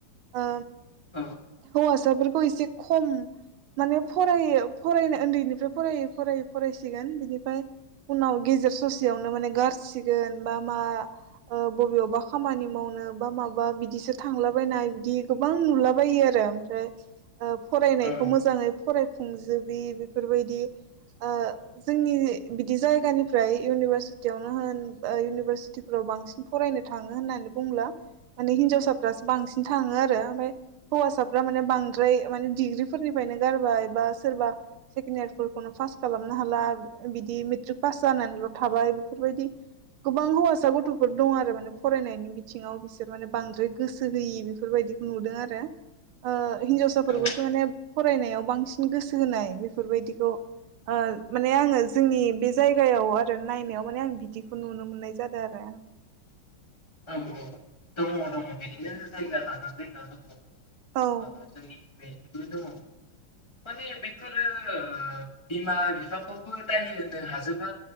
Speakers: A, on the right (about 80°); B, on the left (about 15°).
A: ओ
B: औ
A: हौवासाफोर खौ एसे खम माने फरायो फरायनो उन्दैनिफ्राय फरायै फरायै फरायसिगोन बिनिफ्राय उनाव गेजेर ससेयावनो माने गारसिगोन बा मा ओ बबेयावबा खामानि मावनो बा माबा बिदिसो थांलाबायनाय बिदि गोबां नुलाबायो आरो ओमफ्राय ओ फरायनायखौ
B: औ
A: मोजाङै फराय फुंजोबि बेफोरबायदि ओ जोंनि बिदि जायगानिफ्राय इउनिभारसिटियावनो होन इउनिभारसिटिफोराव बांसिन फरायनो थाङो होननानै बुंला माने हिनजावसाफ्रो बांसिन थाङो आरो ओमफ्राय हौवासाफ्रा माने बांद्राय माने डिग्रि फोरनिफ्रायनो गारबाय बा सोरबा सेकेण्ड इयारफोरखौनो फास खालामनो हाला बिदि मेट्रिक पास जानानैल थाबाय बेफोरबायदि गोबां हौवासा गथफोर दं आरो माने। फरायनायनि बिथिङाव बिसोर माने बांद्राय गोसो होयि बेफोरबायदिखौ नुदों आरो ओ हिन्जावसाफोरखौसो
B: औ
A: माने फरायनायाव बांसिन गोसो होनाय बेफोरबायदिखौ ओ माने आङो जोंनि बे जायगायाव आरो नायनायाव माने आं बिदिखौ नुनो मोननाय जादों आरो।
B: औ औ। दङ दङ बिदिनो जायगा लानानै जायगा दङ।
A: औ
B: ओ जोंनिखैजाय बिदिबो दङ माने बेफोरो ओ बिमा बिफाखौबो दाय होनो हाजोबा।